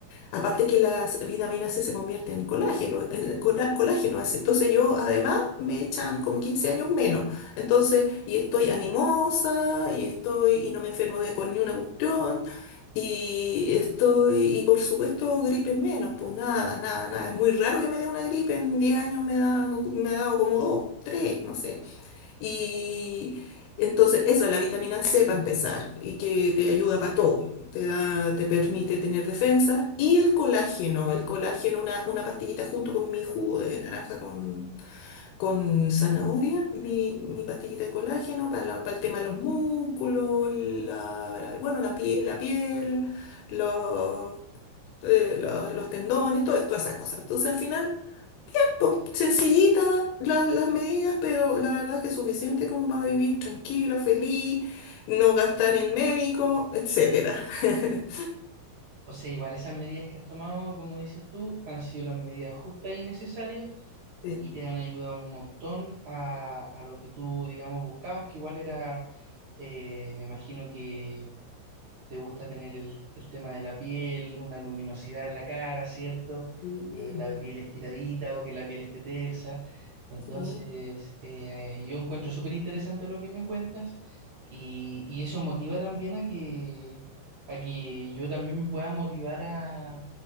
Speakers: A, on the left; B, on the right.
A: Aparte que las vitaminas C se convierten en colágeno, eh, cola- colágeno. así. Entonces yo además me echan como 15 años menos. Entonces, y estoy animosa, y estoy, y no me enfermo de con ni una cuestión, y estoy, y por supuesto gripes menos, pues nada, nada, nada. Es muy raro que me dé una gripe, en 10 años me da, me ha dado como dos, tres, no sé. Y entonces, esa es la vitamina C para empezar, y que te ayuda para todo. Te da, te permite tener defensa. Y el colágeno, el colágeno, una, una pastillita junto con mi jugo de naranja con, con zanahoria, mi, mi pastillita de colágeno para, la- para el tema de los músculos, la, bueno, la piel, la piel, los, eh, los, los tendones, todo, todas esas cosas. Entonces, al final po, Sencillita las, las medidas, pero la verdad es que es suficiente como para vivir tranquilo, feliz, no gastar en médico, etcétera. <laughs>
B: O sea, igual esas medidas que has tomado, como dices tú, han sido las medidas justas y necesarias
A: Sí,
B: y te han ayudado un montón a, a lo que tú, digamos, buscabas, que igual era, eh, me imagino que te gusta tener el, el tema de la piel, una luminosidad en la cara, ¿cierto?
A: sí,
B: Eh, la piel estiradita o que la piel esté tersa. Entonces,
A: sí,
B: eh, yo encuentro súper interesante lo que me cuentas y, y eso motiva también a que, a que yo también me pueda motivar a, a